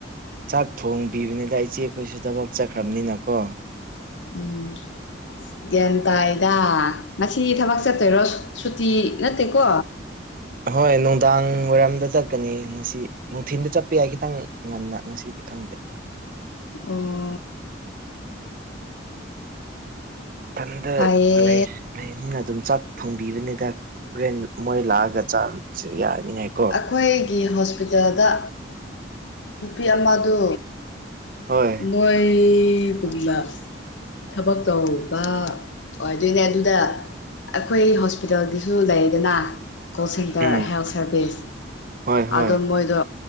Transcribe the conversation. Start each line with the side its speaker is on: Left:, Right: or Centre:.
Right: ꯆꯥꯛ ꯊꯣꯡꯕꯤꯕꯅꯤꯗ ꯏꯆꯦ ꯈꯣꯏꯁꯨ ꯊꯕꯛ ꯆꯠꯈ꯭ꯔꯝꯅꯤꯅ ꯀꯣ
Left: ꯎꯝ ꯒ꯭ꯌꯥꯟ ꯇꯥꯏꯗ ꯉꯁꯤ ꯊꯕꯛ ꯆꯠꯇꯣꯏꯔꯣ ꯁꯨꯇꯤ ꯅꯠꯇꯦꯀꯣ
Right: ꯍꯣꯏ ꯅꯨꯡꯗꯥꯡ ꯋꯥꯏꯔꯝꯗ ꯆꯠꯀꯅꯤ ꯉꯁꯤ ꯅꯨꯡꯊꯤꯟꯗ ꯆꯠꯄ ꯌꯥꯏ ꯈꯤꯇꯪ ꯉꯟꯅ ꯁꯤꯗꯤ ꯈꯪꯗꯦ
Left: ꯑꯣ
Right: ꯊꯟꯗ
Left: ꯐꯩꯌꯦ
Right: ꯂꯩ ꯂꯩꯅꯤꯅ ꯑꯗꯨꯝ ꯆꯥꯛ ꯊꯣꯡꯕꯤꯕꯅꯤꯗ ꯍꯣꯔꯦꯟ ꯃꯣꯏ ꯂꯥꯛꯑꯒ ꯆꯥꯛ ꯁꯦ ꯌꯥꯅꯤꯉꯥꯏ ꯀꯣ
Left: ꯈꯣꯏꯒꯤ ꯍꯣꯁꯄꯤꯇꯥꯜ ꯗ ꯅꯨꯄꯤ ꯑꯃꯥꯗꯨ
Right: ꯍꯣꯏ
Left: ꯅꯣꯏ ꯒꯨꯝꯅ ꯊꯕꯛ ꯇꯧꯕ ꯑꯣꯏꯗꯣꯏꯅꯦ ꯑꯗꯨꯗ ꯑꯈꯣꯏ ꯍꯣꯁꯄꯤꯇꯥꯜ ꯒꯤꯁꯨ ꯂꯩꯗꯅ ꯀꯣꯜ ꯁꯦꯟꯇꯔ
Right: ꯎꯝ
Left: ꯍꯦꯜ ꯁꯥꯔꯚꯤꯁ
Right: ꯍꯣꯏ ꯍꯣꯏ
Left: ꯑꯗꯣ ꯃꯣꯏꯗꯣ